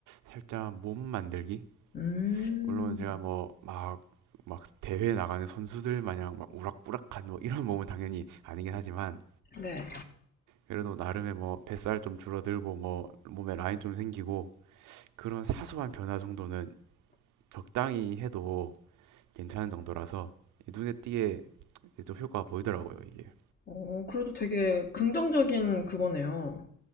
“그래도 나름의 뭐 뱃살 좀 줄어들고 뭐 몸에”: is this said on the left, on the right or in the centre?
Right